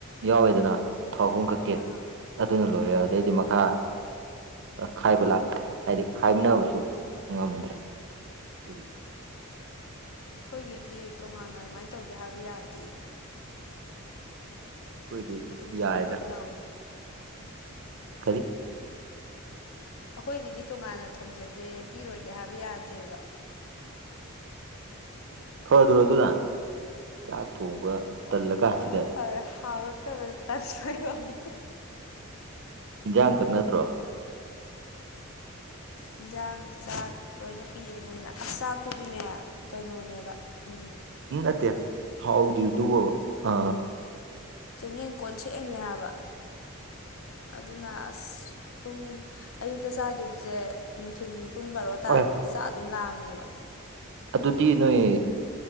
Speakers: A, on the right (about 55°); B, on the left (about 65°).
A: ꯌꯥꯎꯋꯦꯗꯅ ꯊꯥ ꯑꯍꯨꯝ ꯈꯛꯀꯤ
B: ꯑꯥ
A: ꯑꯗꯨꯅ ꯂꯣꯏꯔꯦ
B: ꯑꯥ
A: ꯑꯗꯨꯗꯩꯗꯤ ꯃꯈꯥ ꯈꯥꯏꯕ ꯂꯥꯛꯇ꯭ꯔꯦ ꯍꯥꯏꯗꯤ ꯈꯥꯏꯃꯤꯅꯕꯁꯨ
B: ꯑꯥ
A: ꯉꯝꯗ꯭ꯔꯦ ꯑꯗꯨꯒꯤ
B: ꯑꯩꯈꯣꯏꯒꯤꯗꯤ ꯇꯣꯉꯥꯟꯅ ꯑꯗꯨꯃꯥꯏꯅ ꯇꯧꯒꯦ ꯍꯥꯏꯕ ꯌꯥꯔꯗꯤꯦ
A: ꯑꯩꯈꯣꯏꯗꯤ
B: ꯑꯗꯨꯝ ꯄꯨꯂꯞ
A: ꯌꯥꯏꯗ
B: ꯄꯨꯂꯞ ꯂꯧꯋꯦ
A: ꯀꯔꯤ
B: ꯑꯩꯈꯣꯏꯒꯤꯗꯤ ꯇꯣꯉꯥꯟꯅ ꯊꯣꯡꯖꯒꯦ ꯄꯤꯔꯣꯏꯒꯦ ꯍꯥꯏꯕ ꯌꯥꯗꯦꯕ
A: ꯐꯗ꯭ꯔꯣ ꯑꯗꯨꯅ ꯆꯥꯛ ꯊꯣꯡꯕ
B: ꯍꯣꯏ
A: ꯇꯜꯂꯀꯥꯟꯁꯤꯗ
B: ꯐꯔ ꯐꯔꯦ ꯍꯥꯎꯔꯛꯇꯕꯗ ꯇꯥꯟꯖꯩ ꯋꯥꯅꯤ
A: ꯏꯤꯟꯖꯥꯡꯈꯛ ꯅꯠꯇ꯭ꯔꯣ
B: ꯌꯦꯟꯖꯥꯡ ꯆꯥꯛ ꯂꯣꯏꯅ ꯄꯤꯌꯦ ꯃꯣꯏꯅ ꯑꯁ ꯆꯥꯛꯇꯨꯗꯤꯅꯦ ꯀꯩꯅꯣꯅꯦꯕ ꯐ
A: ꯎꯝ ꯅꯠꯇꯌꯥ ꯍꯥꯎꯗ ꯏꯗꯨ ꯑ
B: ꯆꯦꯡꯌꯦꯡ ꯀꯣꯟ ꯁꯑꯡꯅꯦ ꯍꯥꯏꯕ ꯑꯗꯨꯅ ꯑꯁ ꯄꯨꯡ ꯑꯌꯨꯛꯇ ꯆꯥꯈꯤꯕꯁꯦ ꯅꯨꯡꯊꯤꯟꯜ ꯄꯨꯡ ꯕꯥꯔꯣ ꯇꯥꯔꯛꯄꯗ
A: ꯑꯦ
B: ꯆꯥꯛ ꯑꯗꯨꯝ ꯂꯥꯛꯑꯝꯃꯦꯕ
A: ꯑꯗꯨꯗꯤ ꯅꯣꯏ